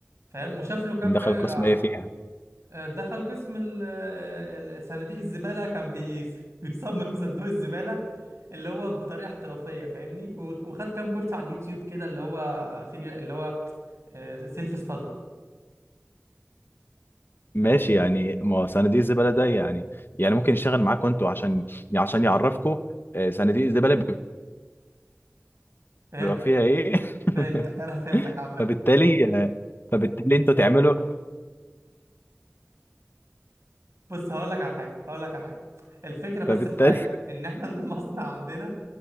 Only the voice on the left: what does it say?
دخل
قسم ايه فيها
ماشي يعني ما هو صناديق الزباله ده يعني يعني ممكن يشتغل معاكم انتوا عشان عشان يعرفكم آه، صناديق الزباله
بيبقى فيها ايه <laughs>
فبالتالي آه، فبالتالي انتوا تعملوا
فبالتالي